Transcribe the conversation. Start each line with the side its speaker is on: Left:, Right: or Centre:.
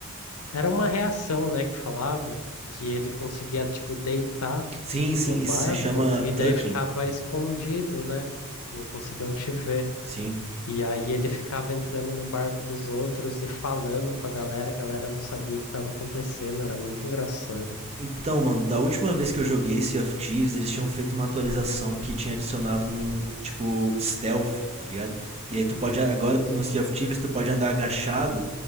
Left: Era uma reação, né, que falava que ele conseguia, tipo, deitar
Right: Sim, sim,
Left: no barco
Right: isso se chama
Left: e daí
Right: Tucking.
Left: ficava escondido, né? Não conseguiam te ver.
Right: Sim.
Left: E aí ele ficava entrando no barco dos outros e falando com a galera, a galera não sabia o que estava acontecendo, era muito engraçado.
Right: Então, mano, da última vez que eu joguei Sea of Thieves, eles tinham feito uma atualização que tinha adicionado um, tipo, stealth, tá ligado? E aí tu pode, agora no Sea of Thieves, tu pode andar agachado